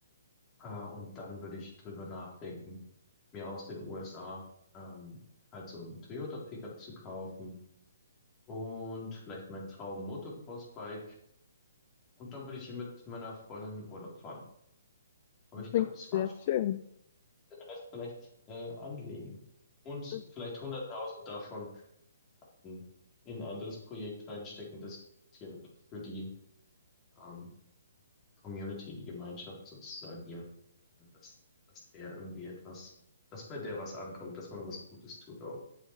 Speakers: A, on the left; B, on the left.
A: Äh, und dann würde ich drüber nachdenken, mir aus den USA ähm, halt so ein Toyota Pickup zu kaufen. Und vielleicht mein Traum Motocross-Bike Und dann würde ich hier mit meiner Freundin in Urlaub fahren. Aber
B: Das
A: ich
B: klingt
A: glaube, das war's
B: sehr
A: schon.
B: schön.
A: Den Rest vielleicht äh, anlegen. Und
B: Das,
A: vielleicht hunderttausend davon in in ein anderes Projekt reinstecken, das hier für die ähm, Community, die Gemeinschaft sozusagen hier, äh, dass, dass der irgendwie etwas, dass bei der was ankommt, dass man was Gutes tut auch.